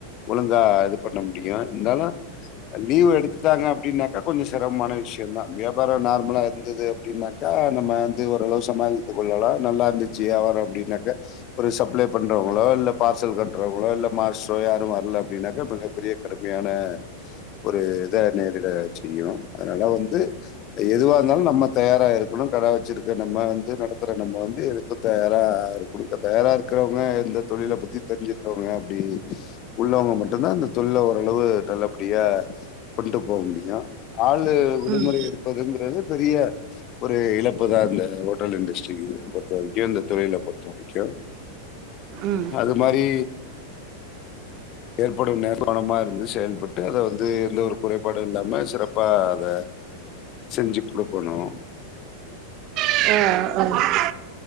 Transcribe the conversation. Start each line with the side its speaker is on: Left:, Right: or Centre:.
Left: ஒழுங்கா இது பண்ண முடியு இருந்தாலு லீவு எடுத்துட்டாங்க அப்டின்னாக்கா கொஞ்சோ செரம்மான விஷ்யோதா வியாபாரோ நார்மலாருந்தது அப்டின்னாக்கா நம்ம வந்து ஓரளவு சமாலித்து கொள்ளலா நல்லா இருந்துச்சி வியாபாரோ அப்டின்னாக்கா ஒரு சப்ளே பண்றவங்களோ இல்ல பார்சல் கற்றவங்களு இல்ல மாஸ்ட்றோ யாரு வர்ல அப்டின்னாக்க மிக பெரிய கடுமையான ஒரு இத நேரிட செய்யு அதனால வந்து எதுவா இருந்தாலு நம்ம தயாரா இருக்கணு கட வச்சிருக்க நம்ம வந்து நடத்துற நம்ம வந்து எதுக்கு தயாரா இருக் குடுக்க தயாரா இருக்கிறவங்க எந்த தொழில பத்தி தெரிஞ்சிருக்கவங்க அப்டி உள்ளவங்க மட்டுதா இந்த தொழில்ல ஓரளவு நல்லபடியா கொண்டு போ முடியு ஆளு விடுமுறை
Right: ம்
Left: எடுப்பதுங்கிறது பெரிய ஒரு இழப்புதா இந்த ஹோட்டல் இண்டஸ்ட்ரி பொறுத்த வரைக்கு இந்த தொழில பொறுத்த வரைக்கு
Right: ம்
Left: அது மாரி ஏற்படு <unintelligible> இருந்து செயல்பட்டு அத வந்து எந்த ஒரு குறைபாடு இல்லாம சிறப்பா அத செஞ்சி குடுக்கணு
Right: அ அ